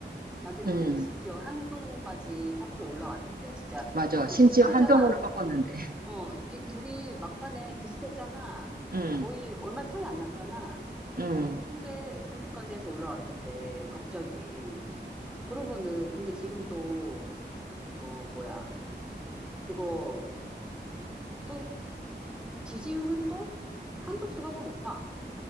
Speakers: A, in the centre; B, on the right.
A: 자기는
B: 음,
A: 심지어 한동까지 꺾고 올라왔는데 진짜
B: 맞아.
A: 좀
B: 심지어
A: 비슷했잖아.
B: 한동훈을 꺾었는데.
A: 어, 어, 비- 둘이 막판에 비슷했잖아.
B: 음,
A: 거의 얼마 차이 안 났잖아.
B: 음.
A: 근데 그렇게까지 해서 올라왔는데 갑자기 그러면은 근데 지금 또 어 뭐야 그거 또 지지율은 또 한덕수가 더 높아.